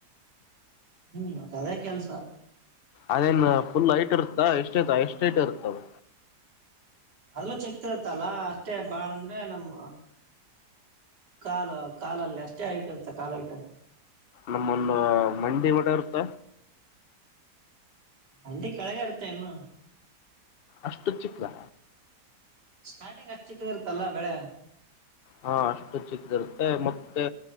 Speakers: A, on the right; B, on the left.
A: ಹ್ಮ್ ಮತ್ ಅದೇ ಕೆಲ್ಸ.
B: ಅದೇನ್ ಫುಲ್ ಹೈಟ್ ಇರುತ್ತಾ ಎಷ್ಟ ಇತ ಎಷ್ಟ್ ಹೈಟ್ ಇರುತ್ತದು.
A: ಅದಲ್ಲ ಚೆಕ್ತಿರ್ತಲ್ಲ ಅಷ್ಟೇ ಬಾಳ ಅಂದ್ರೆ ನಮ್ಮ ಕಾಲ್ ಕಾಲಲ್ಲಿ ಅಷ್ಟೇ ಹೈಟ್ ಇರುತ್ತೆ ಕಾಲ್ ಹೈಟು.
B: ನಮ್ಮೊಂದು ಮಂಡಿ ಮಟ ಇರುತ್ತ
A: ಮಂಡಿ ಕೆಳಗೆ ಇರುತ್ತೆ ಇನ್ನು.
B: ಅಷ್ಟು ಚಿಕ್ದಾ
A: ಸ್ಟಾರ್ಟಿಂಗ್ ಅಷ್ಟ್ ಚಿಕ್ಕದಿರುತ್ತಲ್ಲಾ ಬೆಳೆ.
B: ಹಾ ಅಷ್ಟು ಚಿಕ್ಕದಿರುತ್ತೆ ಮತ್ತೆ